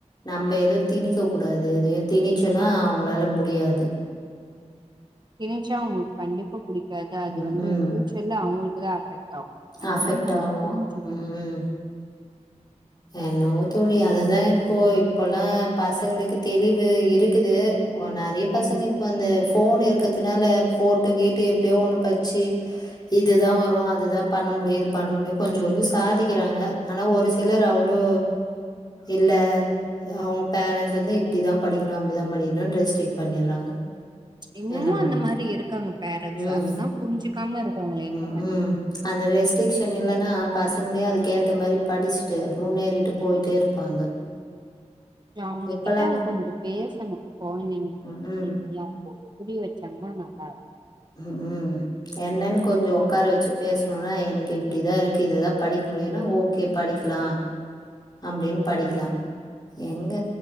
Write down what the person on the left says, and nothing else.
நம்ம எது திணிக்க கூடாது எதையு திணிச்சோன்னா அவங்ளால முடியாது
ம்
ம்
அஃபெக்ட்
ஆவு
ம் ம் என்னவோ தோழி அதுதா இப்போ இப்பொல்லா பசங்ளுக்கு தெளிவு இருக்குது ஓ நெறைய பசங்க
இப்ப அந்த போன் இருக்கதுனால போட்டு கீட்டு எப்டியோ ஒண்ணு படிச்சு இதுதா வரு அதுதா பண்ண முடியு இது பண்ண முடியு கொஞ்ஜோ கொஞ்ஜோ சாதிக்கறாங்க ஆனா ஒரு சி லர் அவ்ளோ இல்ல அவங்க பேரன்ட்ஸ் வந்து இப்படிதா படிக்கணு அப்படிதா படிக்கணுனு ரெஸ்ட்ரிக்ட் பண்ணிறாங்க
என்ன
பண்றது
ம்
ம் ம் அந்த ரெஸ்ட்ரிக்ஷன் இல்லன்னா பசங்களே அதுக்கேத்த மாரி படிச்சுட்டு முன்னேறிட்டு
போயிட்டே இருப்பாங்க
இப்பல்லா
ம்
ம்
ம் ம் என்னன்னு கொஞ்ச உக்கார வச்சு பேசணும்னா எனக்கு இப்படிதா இருக்கு இததா படிக் முடியும்னா ஓகே படிக்கலா அப்டின் படிக்கலாஎங்க